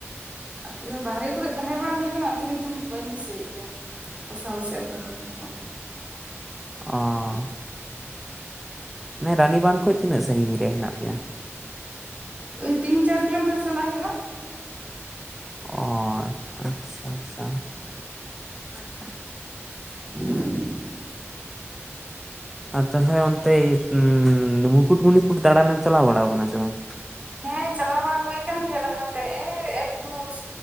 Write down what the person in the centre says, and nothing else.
ᱚᱸᱻᱻ, ᱢᱟ. ᱭ, ᱨᱟᱱᱤᱵᱟᱸᱫᱽ ᱠᱷᱚᱡ ᱛᱤᱱᱟᱹᱜ? ᱥᱟᱺᱜᱤᱧ ᱨᱮ ᱦᱮᱱᱟᱜ ᱢᱮᱭᱟ ᱾
ᱚᱻ ᱟᱪᱪᱷᱟ ᱟᱪᱪᱷᱟ, ᱾
ᱟᱨ ᱛᱟᱦᱚᱞᱮ, ᱚᱱᱛᱮ ᱚᱸ-ᱮᱸᱻᱻ ᱢᱩᱠᱩᱴᱢᱩᱱᱤᱯᱩᱨ ᱫᱟᱬᱟᱱ ᱮᱢ ᱪᱟᱞᱟᱣ ᱵᱟᱲᱟ ᱟᱠᱟᱱᱟ ᱥᱮ ᱵᱟᱝ?